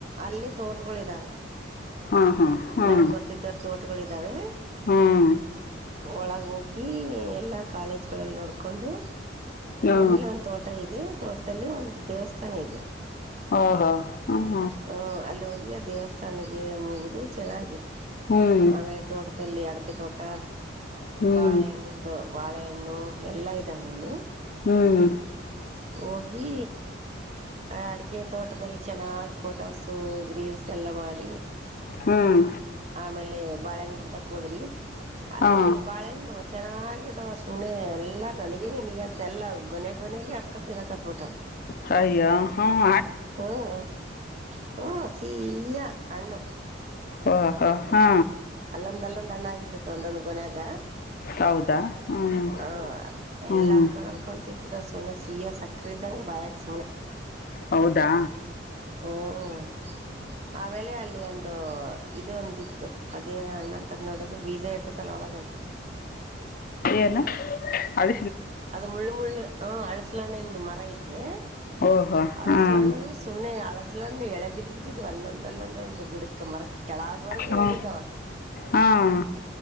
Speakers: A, on the right; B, on the left.
A: ಅಲ್ಲಿ ತೋಟಗಳುದ್ದಾವೆ
B: ಹಾಂ ಹಾಂ ಹಾಂ
A: ನಮ್ ಗೊತ್ತಿದ್ದವರ್ ತೋಟಗಳ ಇದಿದಾವೆ
B: ಹ್ಮ್
A: ಒಳಗ ಹೋಗಿ ಕಿ ಎಲ್ಲಾ ಕಾಲೇಜ್ಗಳಲ್ಲಿ ನೋಡ್ಕೊಂಡು
B: ಹಾ
A: ಆಮೇಲೆ ಒಂದ್ ತೋಟ ಇದೆ ತೋಟದಲ್ಲಿ ಒಂದು ದೇವಸ್ಥಾನ ಇದೆ
B: ಓಹೋ ಹ್ಮ್
A: ಹ ಅಲ್ಲಿ ಹೋಗಿ ದೇವಸ್ಥಾನಗೆ ಮುಗುದು ಚೆನ್ನಾಗಿ
B: ಹ್ಮ್
A: ಆಮೇಲೆ ತೋಟದಲ್ಲಿ ಅಡಕೆ ತೋಟ
B: ಹ್ಮ್
A: ಬಾಳೆಹಣ್ಣ ನಿಂತು ಬಾಳೆಹಣ್ಣು ಎಲ್ಲ ಇದ್ದಾವೆ ಅಲ್ಲಿ
B: ಹ್ಮ್
A: ಹೋಗಿ ಅಡಿಕೆ ತೋಟದಲ್ಲಿ ಚೆನ್ನಾಗಾಗಿ ಫೋಟೋಸು ರೀಲ್ಸ್ ಎಲ್ಲ ಮಾಡಿ
B: ಹ್ಮ್
A: ಆಮೇಲೆ ಬಾಳೆನ ಗಿಡದಕ್ ಹೋದ್ರಿ ಅಲ್ಲಿ
B: ಹಾಂ
A: ಬಾಳೆಣ್ಣ ಚೆನ್ನಾಗ ಇದಾವ ಸುಮ್ಮನೆ ಎಲ್ಲಾರ ನನಗ ನನ್ಗೆ ಅಂತೆ ಎಲ್ಲ ಗೊನೆ ಗೊನೆಗೆ ಅಡ್ಕೊಂತ ತಿನಕತ್ತತ್ಬಿಟ
B: ಸಯ್ಯ ಹ್ಮ
A: ಹ್ಮ್ ಹ್ಮ ಸೀಯಾ ಅಣ್ಣು
B: ಹಾ ಹಾ ಹಾ
A: ಅಲ್ಲೊಂದ್ ಅಲ್ಲೊಂದ್ ಅಣ್ಣ ಆಗಿರ್ತೈತಿ ಒಂದೊಂದ್ ಗೊನೆಯಾಗ
B: ಹೌದಾ ಹ್ಞೂ
A: ಹ
B: ಹ್ಞೂ
A: ಎಲ್ಲಾ ಅರ್ಕೊಂಡ್ ಅರ್ಕೊಂಡ್ ತಿ ಚದರ್ ಸುನೆ ಸಿ ಎರ್ ಸಕ್ರಿದ್ದಂಗ ಬಯಾಗ ಸುಮನೆ
B: ಹೌದಾ
A: ಹ್ಮ್ ಆ ವೇಳೆ ಅಲ್ಲಿ ಒಂದು ಇದು ಒಂದಿತ್ತು ಅದೇನ ಅಣ್ಣ ಅಂತ ನೋಡೋದು ಬೀಜ ಇರ್ತದಲ್ಲ ಒಳಗದು
B: ಏನು ಅದ
A: ಅದು ಮುಳ್ಳು ಮುಳ್ಳು ಹ್ ಅಳಸ ಅಸಲಣ್ಣಿಂದ ಮರ ಐತೆ
B: ಓಹೋ
A: ಅಳಸಲಣ್ಣು
B: ಹಾಂ
A: ಸುಮ್ನೆ ಅಸ ಅಲೊ ಎಳೆ ಬಿದ್ಬಿಟ್ಟಿದ್ ಅಲ್ಲೊಂದ ಅಲ್ಲೊಂದಂದು ಗಿಡ ಕ್ಕ ಮರಕ್ ಕೆಳಗವರೆಗೂ
B: ಹ್ಞೂ
A: ಇಳ ಬಿದ್ದಾವ
B: ಹಾಂ